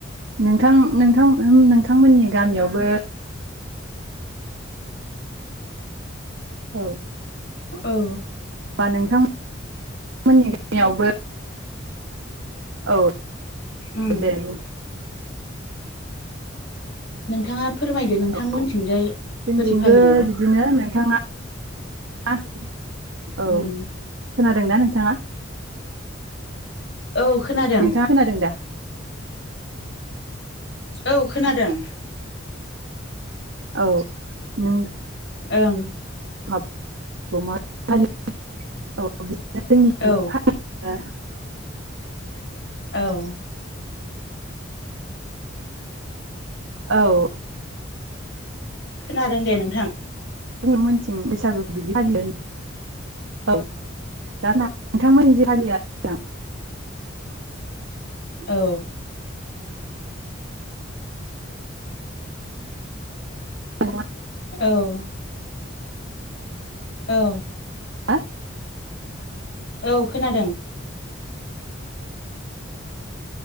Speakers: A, on the right; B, on the left.
A: नोंथां नोंथां। नोंथांमोननि गामियावबो औ।
B: औ
A: बा नोंथांमोन नि गामियावबो औ
B: उम
A: अ दे बुं
B: नोंथाङा फोरमायदो नोंथांमोनथिंजाय
A: औ जोंथिंबो
B: बोरै फालियो
A: बिदिनो नोंथाङा औ
B: उम
A: खोनादोंना नों नोंथाङा
B: औ खोनादों
A: नोंथाङा खोनादों दा
B: औ खोनादों
A: औ नों
B: ओं
A: <inaudible> औ जोंनिथिं
B: औ
A: <inaudible>
B: औ
A: औ
B: खोनादों दे नोंथां
A: नांमोनथिं बैसागुखौ बिदि फालियो औ जाना नोंथांमोननि जे खालि आ नोंथां
B: औ
A: औबार <inaudible>
B: औ औ
A: हा
B: औ खोनादों